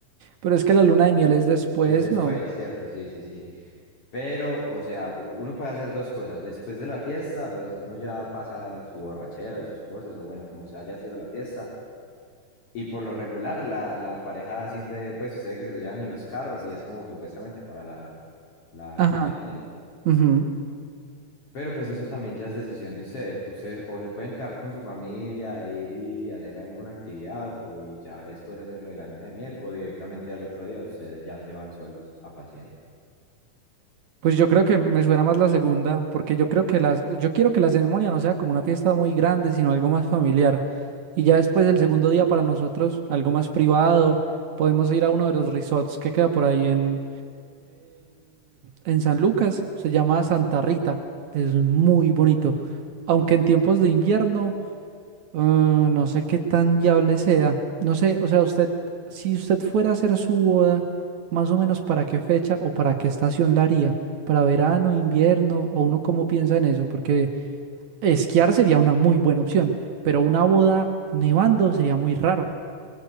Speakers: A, on the right (about 70°); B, on the left (about 45°).
A: pero es que la luna de miel es después,
B: es después,
A: ¿no?
B: ¿cierto? Sí, sí, sí. Pero, o sea, u- uno puede hacer dos cosas. Después de la fiesta, pues uno ya pasa su borrachera y sus cosas, o bueno, como se haya sido la fiesta. Y por lo regular, la, la pareja siempre, pues ustedes que se lo llevan en los carros y es como supuestamente para la, la
A: Ajá.
B: luna de miel.
A: ujú.
B: Pero pues eso también ya es decisión de ustedes. Ustedes o se pueden quedar con su familia de ir y hacer alguna actividad o y ya después hacer lo de la luna de miel o directamente al otro día ustedes ya se van solos a pasear.
A: Pues yo creo que me suena más la segunda, porque yo creo que las, yo quiero que la ceremonia no sea como una fiesta muy grande, sino algo más familiar.
B: Sí.
A: Y ya después el segundo día para nosotros, algo más privado, podemos ir a uno de los resorts que queda por ahí En, en San Lucas se llama Santa Rita. Es muy bonito. Aunque en tiempos de invierno, eh, no sé qué tan viable sea. No sé, o sea, usted, si usted fuera a hacer su boda, más o menos para qué fecha o para qué estación la haría. ¿Para verano, invierno? ¿O uno cómo piensa en eso? Porque esquiar sería una muy buena opción, pero una boda nevando sería muy raro.